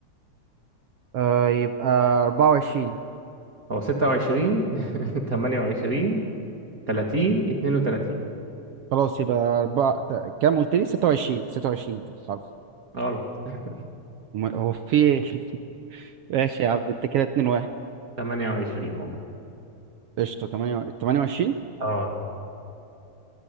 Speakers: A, on the right; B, on the right.
A: آه يبقى 24
B: هو 26 28 30 32
A: خلاص يبقى أربعة تا- كام قلت لي 26 26 كده خلاص
B: <laughs> غلط <laughs>
A: م- هو في إيه؟ <laughs> ماشي يا عم انت كده 2 1
B: 28 هم
A: قشطة 8 28
B: اه